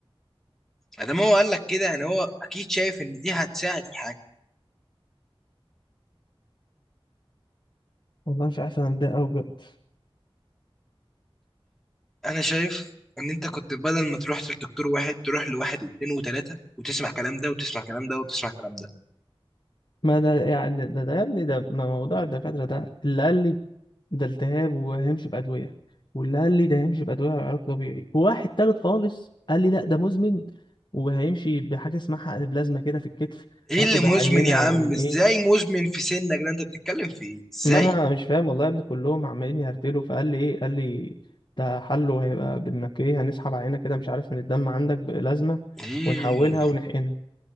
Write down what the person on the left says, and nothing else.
والله مش عارف انا متضايق قوي بجد
ما ده يعني ده, ده يا ابني ده ما موضوع الدكاتره ده اللي قال لي ده التهاب وهيمشي بادويه واللي قال لي ده هيمشي بادويه وعلاج طبيعي وواحد تالت خالص قال لي لا ده مزمن وهيمشي بحاجه اسمها حقن بلازما كده في الكتف
هياخد
عينه
من ايه
ما انا مش فاهم والله يا ابني كلهم عمالين يهرتلوا فقال لي ايه قال لي ده حله هيبقى بانك ايه هنسحب عينه كده مش عارف من الدم عندك بلازمه
ونحولها ونحقنها